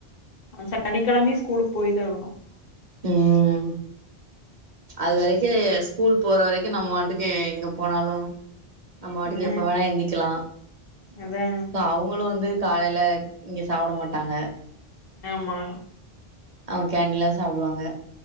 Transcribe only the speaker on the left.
ஆ சனிக்கெழமயு ஸ்கூலு போய்தா ஆகணு ஹ
<unintelligible>
ஆ
அதா
ஆமா